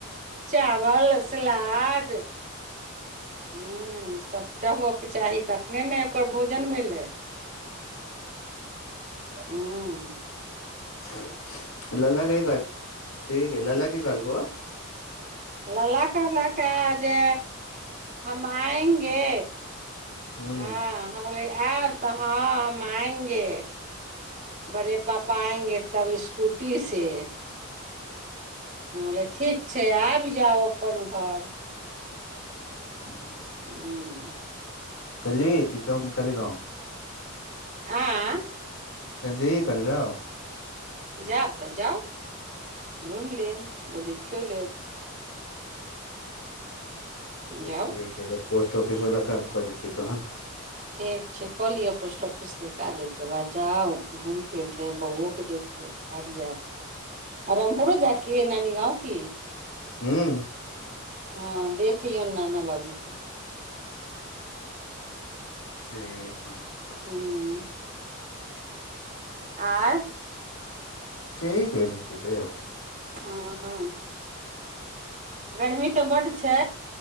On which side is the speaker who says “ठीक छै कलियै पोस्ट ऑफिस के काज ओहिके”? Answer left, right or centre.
Right